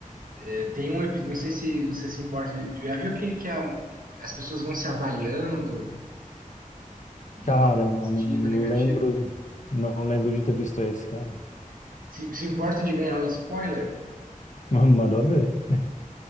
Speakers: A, on the right; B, on the left.
A: é, tem um episódio, não sei se você se importa, de- já viu aquele que a- as pessoas vão se avaliando de
B: Cara,
A: nota
B: não
A: positiva, negativa?
B: lembro, não lembro de ter visto esse, cara.
A: Se, se importa de ganhar um spoiler?
B: <laughs> Manda ver.